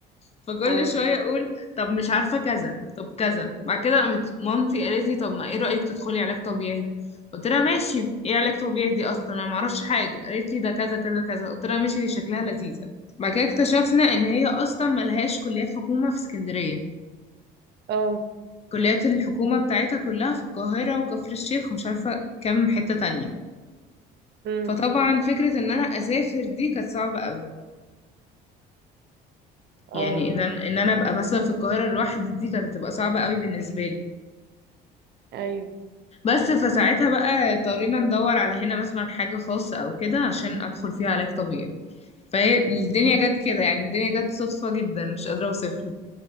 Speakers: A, on the left; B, on the right.
A: فكل
B: اه
A: شوية اقول طب مش عارفة كذا طب كذا بعد كده قامت مامتي قالت لي طب ما ايه رأيك تدخلي علاج طبيعي قلت لها ماشي ايه علاج طبيعي دي اصلا انا معرفش حاجة قالت لي ده كذا كذا كذا قلت لها ماشي دي شكلها لذيذة بعد كده اكتشفنا ان هي اصلا ملهاش كليات حكومة في اسكندرية
B: اه
A: كليات الحكومة بتاعتها كلها في القاهرة وكفر الشيخ ومش عارفة كام حتة تانية
B: امم
A: فطبعا فكرة ان انا اسافر دي كانت صعبة قوي
B: اه
A: يعني ان انا ان انا ابقى مثلا في القاهرة لوحدي دي كانت هتبقى صعبة قوي بالنسبة لي
B: ايوه
A: بس فساعتها بقى اضطرينا ندور على هنا مثلا حاجة خاصة أو كده عشان أدخل فيها علاج طبيعي فهي الدنيا جت كده يعني الدنيا جت صدفة جدا مش قادرة أوصفلك